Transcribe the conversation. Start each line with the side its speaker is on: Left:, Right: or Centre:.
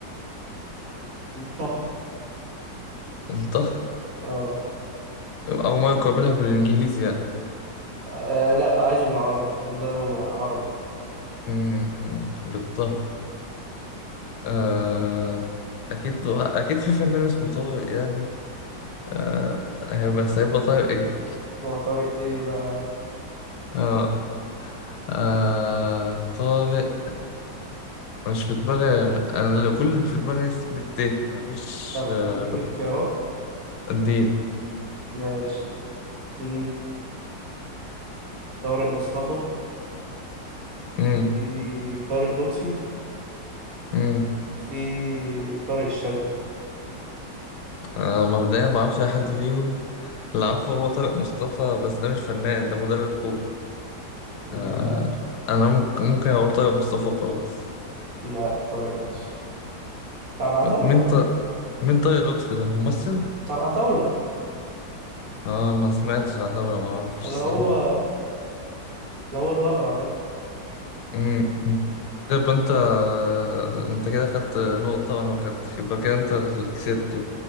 Right: طه
Left: الطه
Right: اه
Left: أو ما يقابلها بالإنجليزي يعني
Right: آه، لا بقى عايزه بالعربي عشان ده مو- عربي
Left: مم. بالطه آه. أكيد أكيد في فنان اسمه طارق يعني آه. بس هيبقى طارق إيه؟
Right: ما هو طارق ايه بقى
Left: آه، آه طارق مش في دماغي انا اللي- كل اللي في دماغي اس- بالتاء مفيش
Right: طب
Left: آه
Right: اديك اختيارات
Left: الدين
Right: ماشي في طارق مصطفى
Left: امم
Right: في طارق لطفي
Left: امم
Right: في طارق الشاذلي
Left: آه مبدئيا ما اعرفش اي حد فيهم اللي اعرفه هو طارق مصطفى بس ده مش فنان ده مدرب كورة
Right: لا
Left: آه انا ممكن ممكن اقول طارق مصطفى خلاص
Right: لا طارق لطفي بتاع العتاولة
Left: مين طارق مين طارق لطفي ده ممثل
Right: بتاع العتاولة
Left: اه ما سمعتش عن طارق ما اعرفش
Right: اللي
Left: الصراحة
Right: هو اللي هو الأقرع ده
Left: امم أمم. كده يبقى انت آه، انت كده خدت نقطة وانا ما خدتش يبقى كده انت اللي كسبت